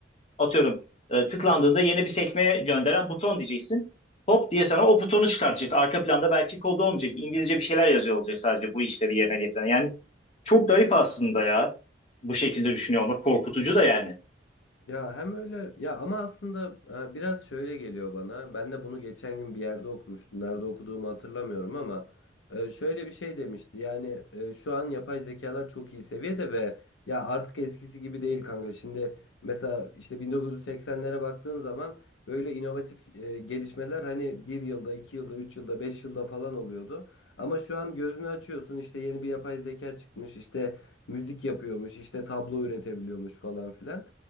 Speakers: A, on the left; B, on the left.
A: atıyorum e, tıklandığında yeni bir sekmeye gönderen buton diyeceksin hop diye sana o butonu çıkartacak arka planda belki kodu olmayacak İngilizce bir şeyler yazıyor olacak sadece bu işlevi yerine getiren yani çok garip aslında ya bu şekilde düşünüyor olmak korkutucu da yani.
B: Ya hem öyle ya ama aslında e, biraz şöyle geliyor bana. Ben de bunu geçen gün bir yerde okumuştum. Nerede okuduğumu hatırlamıyorum ama e, şöyle bir şey demişti. Yani e, şu an yapay zekalar çok iyi seviyede ve ya artık eskisi gibi değil kanka. Şimdi mesela işte 1980'lere baktığın zaman böyle inovatif e, gelişmeler hani bir yılda, iki yılda, üç yılda, beş yılda falan oluyordu. Ama şu an gözünü açıyorsun işte yeni bir yapay zeka çıkmış işte müzik yapıyormuş işte tablo üretebiliyormuş falan filan.